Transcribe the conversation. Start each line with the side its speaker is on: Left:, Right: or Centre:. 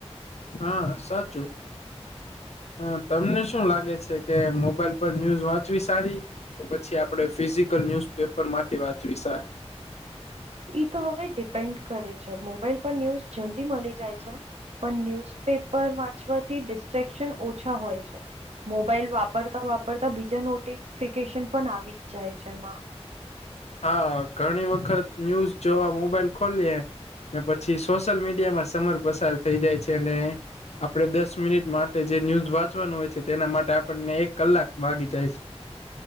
Left: હા સાચું, હા તમને શું શું લાગે છે કે મોબાઈલ પર ન્યુઝ વાંચવી, સારી કે પછી આપડે ફિઝિકલ ન્યુઝપેપ પેપર માંથી વાતવી સારી,
Right: ઈ તો હવે ડિપેન્ડ કરે છે. મોબાઈલ પર ન્યૂઝ જલ્દી મળી જાય છે. પણ ન્યુઝપેપર વાંચવાથી ડિસ્ટ્રેક્શન ઓછા હોય છે. મોબાઈલ વાપરતા વાપરતા બીજા નોટિફિકેશન પણ આવી જ જાય છે એમાં.
Left: હા ઘણી વખત ન્યૂઝ જોવા મોબાઈલ ખોલીયે ને પછી સોશિયલ મીડિયા માં સમર પસાર થઈ જાય છે અને આપણે દસ મિનિટ માટે જે ન્યૂઝ વાંચવાનું હોય છે તેના માટે આપણને એક કલાક વાગી જાય છે.